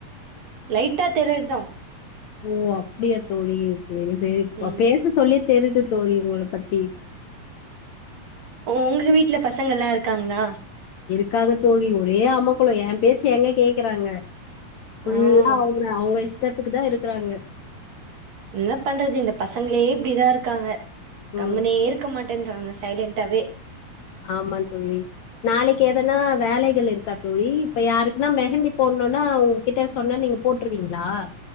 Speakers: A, on the right; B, on the left.
A: லைட்டா டெரர்தா
B: ஓ அப்டியா தோழீஸ் சேரி சேரி ப
A: ம்
B: பேச சொல்லி தெரிது தோழி உங்கள பத்தி
A: ஒங்க வீட்ல பசங்கல்லா இருக்காங்ளா
B: க்காங்க தோழி ஒரே அமக்குளோ எ பேச்சி எங்க கேக்குறாங்க ஃபுல்லா
A: ஆ
B: அவ்ங்க அவுங்க இஸ் டத்துக்கு தா இருக்குறாங்க
A: இன்ன பண்றது இந்த பசங்களே இப்டிதா இருக்காங்க
B: ம்
A: கம்முனே இருக்க மாட் டேன்றாங்க சைலென்டாவே
B: ஆமா தோழி நாளைக்கு எதனா வேலைகள் இருக்கா தோழி, இப்ப யாருக்குனா மெஹந்தி போட்ணுனா உங் கிட்ட சொன்னா நீங்க போட்டுடு வீங்ளா?